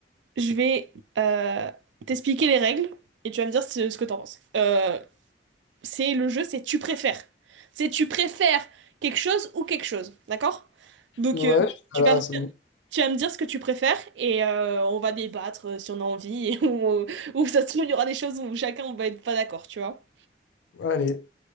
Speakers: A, on the right; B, on the left.
A: je vais euh, t'expliquer les règles et tu vas me dire ce, ce que t'en penses. Euh, c'est le jeu, c'est tu préfères. C'est tu préfères quelque chose ou quelque chose, d'accord? Donc
B: Ouais,
A: euh,
B: ah
A: tu
B: là,
A: vas me,
B: c'est bon.
A: tu vas me dire ce que tu préfères et euh, on va débattre euh, si on a envie et <laughs> on- ou ça se trouve il y aura des choses où chacun on va être pas d'accord, tu vois.
B: Allez,